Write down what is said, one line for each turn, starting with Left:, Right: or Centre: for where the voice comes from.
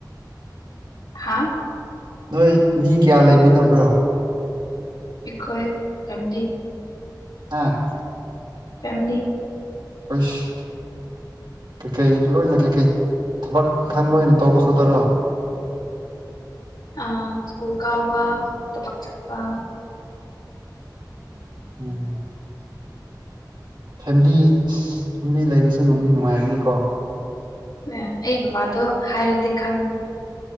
Left: ꯍꯥꯥ
Right: ꯅꯣꯏ ꯃꯤ ꯀꯌꯥ ꯂꯩꯃꯤꯟꯅꯕ꯭ꯔꯣ
Left: ꯑꯩꯈꯣꯏ ꯐꯦꯃꯤꯂꯤ
Right: ꯍ
Left: ꯐꯦꯃꯤꯂꯤ
Right: ꯑꯁ ꯀꯩꯀꯩ ꯂꯣꯏꯅ ꯀꯩꯀꯩ ꯊꯕꯛ ꯏꯪꯈꯥꯡ ꯂꯣꯏꯅ ꯇꯧꯕ ꯈꯛꯇꯔꯣ
Left: ꯑ ꯁ꯭ꯀꯨꯜ ꯀꯥꯕ ꯊꯕꯛ ꯆꯠꯄ
Right: <unintelligible> ꯐꯦꯃꯤꯂꯤ ꯐꯦꯃꯤꯂꯤ ꯂꯩꯕꯁꯨ ꯅꯨꯡꯗꯤ ꯅꯨꯡꯉꯥꯏꯕꯅꯤꯀꯣ
Left: ꯑꯦ ꯑꯩ ꯕꯕꯥꯗꯣ ꯍꯥꯏꯔꯗꯤ ꯈꯪꯗꯦ